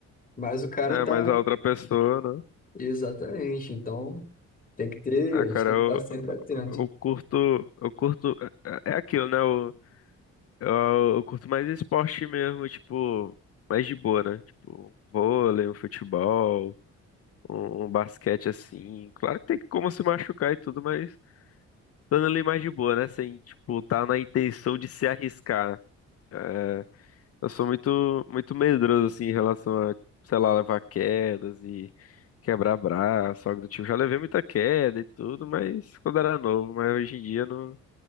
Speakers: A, on the left; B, on the left.
A: mas o cara
B: É,
A: tá.
B: mas a outra pessoa, né?
A: Exatamente. Então, tem que ter,
B: Ah,
A: a
B: cara,
A: gente tem
B: eu,
A: que estar sempre
B: eu,
A: atento.
B: eu curto. Eu curto. É é aquilo, né? Eu, eu, eu curto mais esporte mesmo, tipo. Mais de boa, né? Tipo, um vôlei, um futebol, um, um basquete assim. Claro que tem como se machucar e tudo, mas dando ali mais de boa, né? Sem, tipo, tá na intenção de se arriscar. É, Eu sou muito, muito medroso, assim, em relação a, sei lá, levar quedas e quebrar braço, algo do tipo. Já levei muita queda e tudo, mas quando era novo. Mas hoje em dia não,